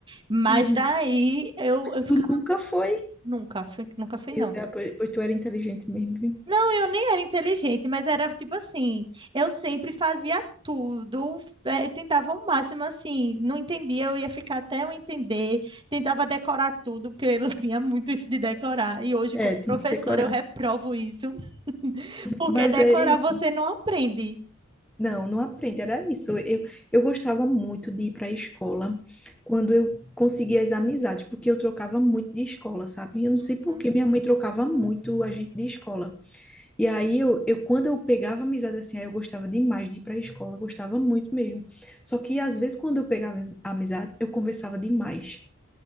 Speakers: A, on the right (about 25°); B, in the centre.
A: Mas
B: Uhum.
A: daí eu, eu ficava,
B: Tu nunca foi
A: nunca, fui, nunca fui, não.
B: Meu Deus, pois pois tu era inteligente mesmo, viu?
A: Não, eu nem era inteligente, mas era tipo assim, eu sempre fazia tudo, eh, tentava o máximo assim, não entendia, eu ia ficar até eu entender, tentava decorar tudo, porque eu <laughs> tinha muito isso de decorar, e hoje
B: É,
A: como
B: tem
A: professora
B: que decorar.
A: eu reprovo isso, <laughs> porque
B: Mas
A: decorar
B: é isso.
A: você não aprende.
B: Não, não aprende, era isso. Eu, eu gostava muito de ir para a escola quando eu conseguia as amizades, porque eu trocava muito de escola, sabe? Eu não sei
A: Uhum.
B: por que minha mãe trocava muito a gente de escola. E aí, eu, eu quando eu pegava amizade assim, aí eu gostava demais de ir para a escola, gostava muito mesmo. Só que às vezes, quando eu pegava amizade, eu conversava demais.